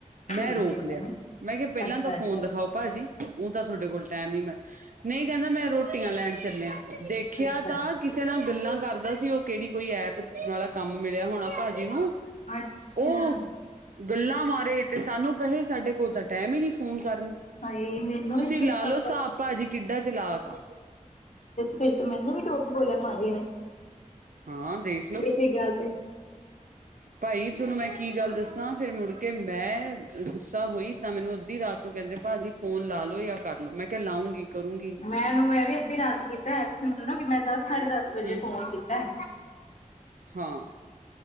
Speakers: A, on the right (about 85°); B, on the left (about 60°).
A: ਮੈਂ
B: ਠੀਕ
A: ਰੋਕ
B: ਹੈ
A: ਲਿਆ,
B: ਜੀ
A: ਮੈਂ ਕਿਆ ਪੈਲਾਂ
B: ਅੱਛਾ
A: ਤਾਂ
B: ਜੀ
A: ਖਾਓ ਭਾਜੀ ਊਂ ਤਾਂ ਥੋਡੇ ਕੋਲ ਟੈਮ ਨੀ ਮੈਂ, ਨਈਂ ਕੈਂਦਾ ਮੈਂ ਰੋਟੀਆਂ ਲੈਨ ਚੱਲੇਆਂ। ਦੇਖੇਆ
B: ਅੱਛਾ
A: ਤਾਂ ਕਿਸੇ ਨਾਲ ਗੱਲਾਂ ਕਰਦਾ ਸੀ ਓ ਕੇੜੀ ਕੋਈ ਐਪ ਆਲਾ ਕੰਮ ਮਿਲਿਆ ਹੋਨਾ ਭਾਜੀ ਨੂੰ।
B: ਅੱਛਾ
A: ਓ ਗੱਲਾਂ ਮਾਰੇ ਤੇ ਸਾਨੂੰ ਕਹੇ ਸਾਡੇ ਕੋਲ ਤਾਂ ਟੈਮ ਈ ਨੀ। ਫੋਨ ਕਰਨ ਨੂੰ,
B: ਹਾਏ ਮੈਨੂੰ
A: ਤੁਸੀਂ
B: ਵੀ ਫਿਰ
A: ਲਾ
B: ਪਾਪਾ
A: ਲੋ ਸਾਬ
B: ਤੇ
A: ਭਾਜੀ ਕਿੱਡਾ ਚਲਾਕ ਆ।
B: ਫਿਰ ਤੇ ਮੈਨੂੰ ਵੀ ਲੋਕ ਬੋਲਨ ਲਾਗੇ ਨੇ,
A: ਹਾਂ ਦੇਖਲੋ
B: ਏਸੇ ਗੱਲ ਤੇ
A: ਭਾਈ ਥੋਨੂੰ ਮੈਂ ਕੀ ਗੱਲ ਦੱਸਾਂ ਫਿਰ ਮੁੜ ਕੇ ਮੈਂ ਗੁੱਸਾ ਹੋਈ ਤਾਂ ਮੈਨੂੰ ਅੱਧੀ ਰਾਤ ਨੂੰ ਕੈਂਦੇ ਭਾਜੀ ਫੋਨ ਲਾ ਲੋ ਜਾਂ ਕਰਲੋ ਮੈਂ ਕਿਆ ਲਾਊਂਂਗੀ ਕਰੂੰਗੀ
B: ਭੈਨ ਨੂੰ ਮੈਂ ਵੀ ਅੱਧੀ ਰਾਤ ਕੀਤਾ ਤੁਸੀਂ ਮੰਨੋ ਨਾ ਕੇ ਮੈਂ ਦਸ ਸਾਢੇ ਦਸ ਵਜੇ
A: ਹੂੰ
B: ਫੋਨ ਕੀਤਾ।
A: ਹਾਂ